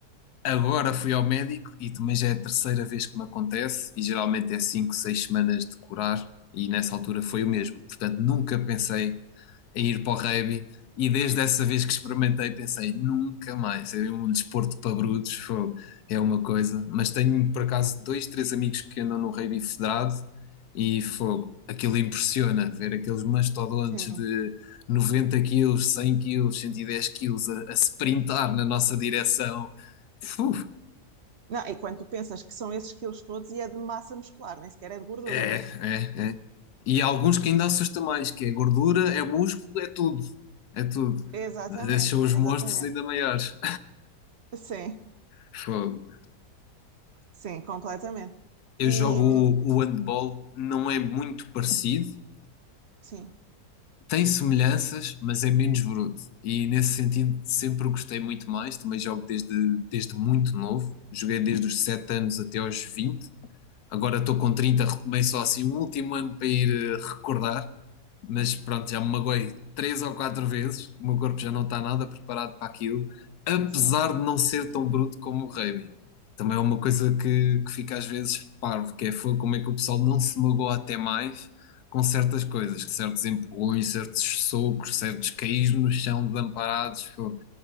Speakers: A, on the left; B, on the right.
A: Agora fui ao médico e também já é a terceira vez que me acontece, e geralmente é 5 6 semanas de curar, e nessa altura foi o
B: Sim,
A: mesmo. Portanto, nunca pensei em ir para o rugby, e desde essa vez que experimentei, pensei nunca mais. É um desporto para brutos, fogo, é uma coisa. Mas tenho por acaso dois, três amigos que andam no rugby federado, e fogo, aquilo impressiona ver aqueles mastodontes
B: sim.
A: de 90 quilos, 100 quilos, 110 quilos a, a sprintar na nossa direção Fuf.
B: Não, e quando tu pensas que são esses quilos todos e é de massa muscular, nem sequer é de gordura.
A: É, é, é. E há alguns que ainda assusta mais, que é gordura, é músculo, é tudo. É tudo.
B: Exatamente,
A: Mas esses são os
B: exatamente.
A: monstros ainda maiores.
B: Sim,
A: <laughs> Fogo.
B: sim, completamente.
A: Eu
B: E
A: jogo o,
B: hum,
A: o handball, não é muito parecido.
B: sim,
A: Tem semelhanças, mas é menos bruto. E nesse sentido sempre gostei muito mais. Também jogo desde, desde muito novo. Joguei desde os 7 anos até aos 20. Agora estou com 30 retomei só assim um último ano para ir eh, recordar, mas pronto, já me magoei três ou quatro vezes. O meu corpo já não está nada preparado para aquilo, apesar
B: sim.
A: de não ser tão bruto como o rugby. Também é uma coisa que, que fica às vezes parvo, que é fo- como é que o pessoal não se magoa até mais com certas coisas, que certos empurrões, certos socos, certos caís no chão desamparados, fo-